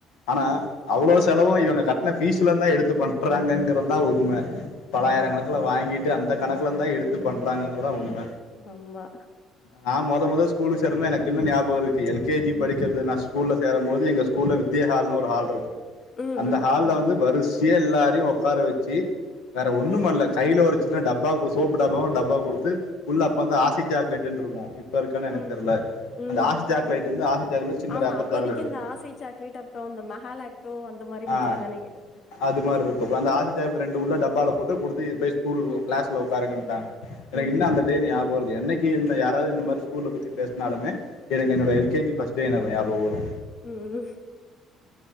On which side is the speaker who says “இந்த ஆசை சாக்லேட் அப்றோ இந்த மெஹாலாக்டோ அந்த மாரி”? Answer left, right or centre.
Left